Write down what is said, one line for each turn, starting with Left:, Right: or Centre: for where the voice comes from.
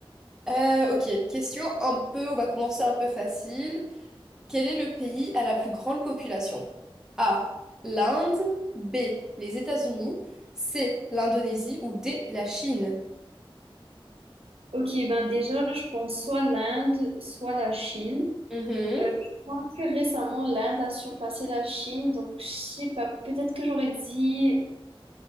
Centre: Euh, ok, question un peu, on va commencer un peu facile. Quel est le pays à la plus grande population? A, l'Inde, B, les États-Unis, C, l'Indonésie ou D, la Chine?
Right: Ok, ben déjà, je pense soit l'Inde, soit la Chine.
Centre: Mhm.
Right: Euh, je pense que récemment, l'Inde a surpassé la Chine. Donc, je sais pas, peut-être que j'aurais dit...